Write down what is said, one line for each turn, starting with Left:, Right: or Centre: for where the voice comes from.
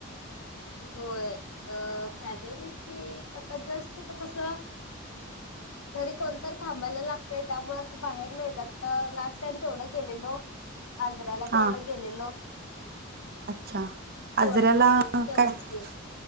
Left: होय अ फॅमिली आता जस्ट का तस घरी कोणतर थांबायला लागतय त्यामुळे असं बाहेर नाही. तसा लास्ट टाइम तेवढं गेलेलो, आजराला
Right: हा
Left: तेवढं गेलेलो.
Right: अच्छा
Left: दिवाळीमध्ये
Right: आजऱ्याला
Left: तेवढंच
Right: काय आहे.
Left: की